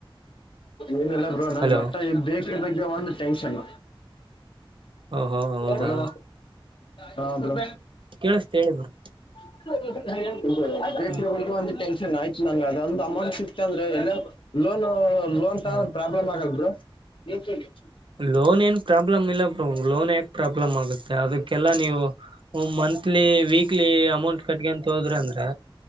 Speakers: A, on the left; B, on the right.
A: ಏನಿಲ್ಲ ಬ್ರೋ ನಂಗ
B: ಹಲೋ
A: ವಟ್ಟ ಇ ಬೇಕ. ಈ ಬಗ್ಗೆ ಒಂದು ಟೆನ್ಷನ್.
B: ಓಹೋ ಹೌದಾ
A: ಹಲೋ ಹಾ ಬ್ರೋ.
B: ಕೇಳಿಸ್ತ ಹೇಳಿ ಬ್ರೋ
A: <inaudible> ಇದು ಬೇಟ್ರಗಳಿಗೆ
B: ಹ್ಮ್
A: ಒಂದು ಟೆನ್ಷನ್ ಆಯ್ತು <inaudible> ನಂಗ ಅದ ಒಂದ್ ಅಮೌಂಟ್ ಸಿಕ್ತ ಅಂದ್ರೆ ಏಲ್ಲ ಲೋನು. ಲೋನ್ ತಗಾಂಡ್ರ
B: ಹಾ
A: ಪ್ರಾಬ್ಲ್ ಆಗಲ್ ಬ್ರೋ. <inaudible>
B: ಲೋನ್ ಏನ್ ಪ್ರಾಬ್ಲಮ್ ಇಲ್ಲ. ಲೋನ್ ಯಾಕ್ ಪ್ರಾಪ. ಪ್ರಾಬ್ಲಮ್ ಆಗುತ್ತೆ ಅದಕ್ಕೆಲ್ಲಾ ನೀವು ಮಂತ್. monthly weekly amount. ಕಟ್ಕಿಯಂತ ಹೋದ್ರೆ ಅಂದ್ರೆ